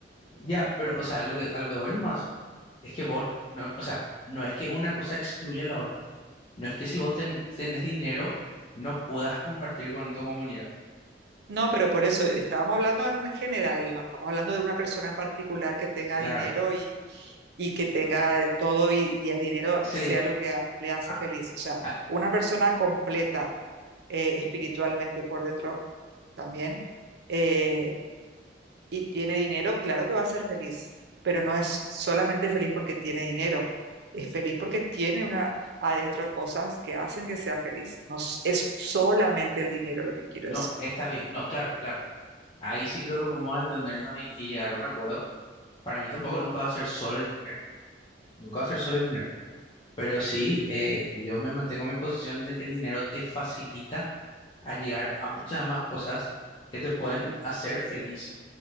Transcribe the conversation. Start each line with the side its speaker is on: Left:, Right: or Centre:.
Left: Ya, pero, o sea, a lo que, a lo que voy nomás es que vos, no, o sea, no es que una cosa excluya a la otra No es que si vos ten- tenés dinero, no puedas compartir con tu comunidad.
Right: No, pero por eso estábamos hablando en general, no estamos hablando de una persona en particular que tenga
Left: Claro,
Right: dinero y, y que tenga de todo y, y el dinero
Left: sí,
Right: sea lo que a- le hace
Left: a-
Right: feliz. O sea,
Left: a-
Right: una persona completa eh, espiritualmente por dentro también. eh, y tiene dinero, claro que va a ser feliz, pero no es solamente feliz porque tiene dinero, es feliz porque tiene una, adentro cosas que hacen que sea feliz. No s- es solamente el dinero lo que quiero
Left: no,
Right: decir.
Left: está bien, no, claro, claro. Ahí sí creo que podemos entendernos y, y llegar a un acuerdo. Para mí tampoco nunca va a ser solo el dinero, nunca va a ser solo el dinero. Pero sí, eh, yo me mantengo en mi posición de que el dinero te facilita a llegar a muchas
Right: ¿sí?
Left: más cosas que te pueden hacer feliz